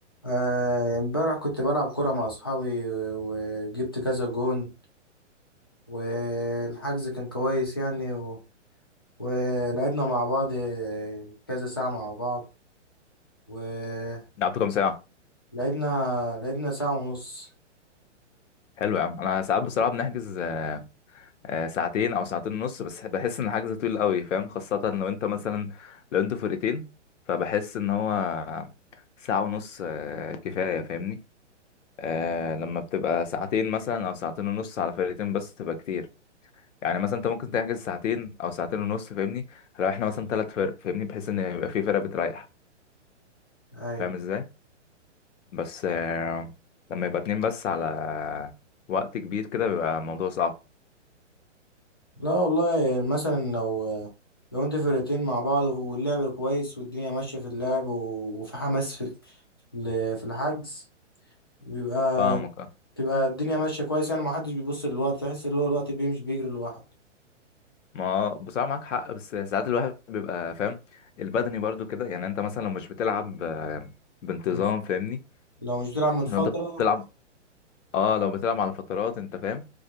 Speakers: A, on the left; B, on the left.
A: آه، امبارح كنت بلعب كرة مع أصحابي و- وجبت كذا جون والحجز كان كويس يعني و... ولعبنا مع بعض كذا ساعة مع بعض ولعبنا
B: لعبتوا كام ساعة؟
A: لعبنا لعبنا ساعة ونص
B: حلو يا عم انا ساعات بصراحة بنحجز آه، ساعتين او ساعتين ونص بس بحس ان الحجز طويل قوي فاهم خاصة لو انت مثلا لو انتوا فرقتين فبحس ان هو ساعة ونص آه، كفاية فاهمني آه لما بتبقى ساعتين مثلا او ساعتين ونص على فرقتين بس تبقى كتير يعني مثلا انت ممكن تحجز ساعتين او ساعتين ونص فاهمني لو احنا مثلا ثلاث فرق فاهمني بحيث ان يبقى في فرقة بتريح
A: أي
B: فاهم ازاي بس آه لما يبقى اتنين بس على وقت كبير كده بيبقى الموضوع صعب
A: لا والله مثلا لو لو انت فرقتين مع بعض واللعب كويس والدنيا ماشية في اللعب و- وفي حماس في ال- في الحجز بيبقى
B: فاهمك
A: تبقى الدنيا ماشية كويس يعني ما حدش بيبص للوقت تحس اللي هو الوقت بيمشي بيجري لوحده
B: ما بصراحة معاك حق بس ساعات الواحد بيبقى فاهم البدني برضو كده يعني انت مثلا لو مش بتلعب آه، بانتظام
A: من
B: فاهمني
A: لو مش بتلعب من فترة
B: لو انت بتلعب اه لو بتلعب على فترات انت فاهم